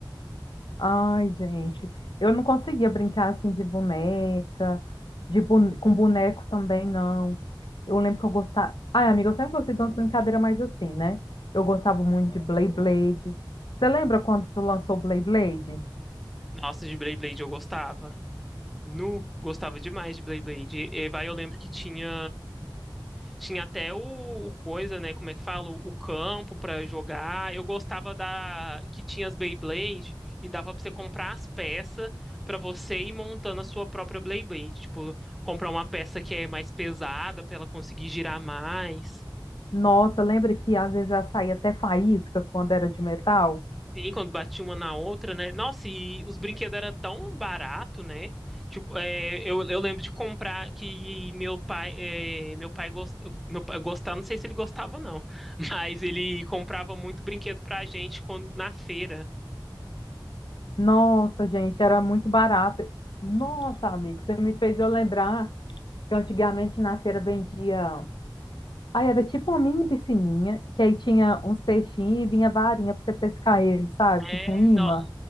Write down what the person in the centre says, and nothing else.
Nossa, de Beyblade eu gostava. Nu, gostava demais de Beyblade. E, e vai, eu lembro que tinha Tinha até o, o coisa, né? Como é que fala? O campo pra jogar. Eu gostava da que tinha as Beyblade e dava pra você comprar as peças pra você ir montando a sua própria Beyblade. Tipo, comprar uma peça que é mais pesada pra ela conseguir girar mais.
Sim, quando batia uma na outra, né? Nossa, e os brinquedos eram tão barato, né? Tipo, é, eu, eu lembro de comprar que meu pai, é, meu pai, gost, meu pai gostava, não sei se ele gostava não, <laughs> mas ele comprava muito brinquedo pra gente quando, na feira.
É,
no-